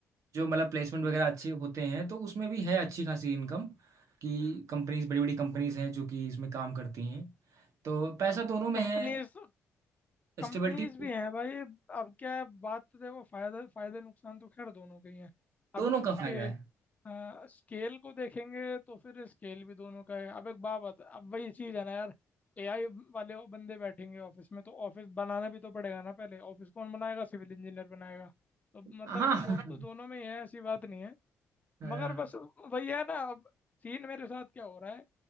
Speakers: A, on the right (about 70°); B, on the left (about 25°).
A: जो मतलब प्लेसमेंट वगैरह अच्छे होते हैं तो उसमें भी है अच्छी खासी इनकम कि कंपनीज बड़ी बड़ी कंपनीज हैं जो कि इसमें काम करती हैं तो पैसा दोनों में
B: कंपनीज
A: है
B: कंपनीज
A: स्टेबिलिटी
B: भी हैं भाई अब क्या है बात तो देखो फायदा फायदे नुकसान तो खैर दोनों के ही हैं अब
A: दोनों
B: उसके
A: का फायदा है
B: आ, स्केल को देखेंगे तो फिर स्केल भी दोनों का है अब एक बात बता अब वही चीज़ है ना यार एआई वाले वो बंदे बैठेंगे ऑफिस में तो ऑफिस बनाना भी तो पड़ेगा ना पहले ऑफिस कौन बनाएगा सिविल इंजीनियर बनाएगा तो मतलब
A: हाँ
B: स्कोप
A: हाँ
B: तो दोनों में ही है ऐसी बात नहीं है
A: हाँ,
B: मगर बस वही है ना अब सीन मेरे साथ क्या हो रहा है